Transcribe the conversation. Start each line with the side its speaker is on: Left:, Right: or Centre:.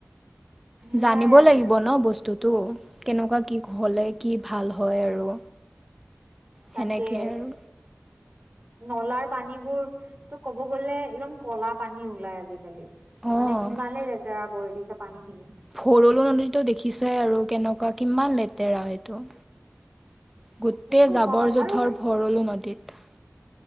Right: সেইয়াই
Centre: জানিব
Right: আৰু
Centre: লাগিব ন' বস্তুটো, কেনেকুৱা কি হ'লে কি ভাল হয় আৰু।
Right: তাকে।
Centre: সেনেকে আৰু
Right: নলাৰ পানীবোৰ ত' ক'ব গ'লে একদম কলা পানী ওলাই আজিকালি।
Centre: অঁ
Right: মানে ইমানেই লেতেৰা কৰি দিছে পানী খিনি।
Centre: ভৰলো নদীটো দেখিছোৱেই আৰু কেনেকুৱা কিমান লেতেৰা এইটো। গোটেই
Right: সেইটো
Centre: জাবৰ
Right: হয়
Centre: যোঁথৰ
Right: আৰু
Centre: ভৰলো নদীত।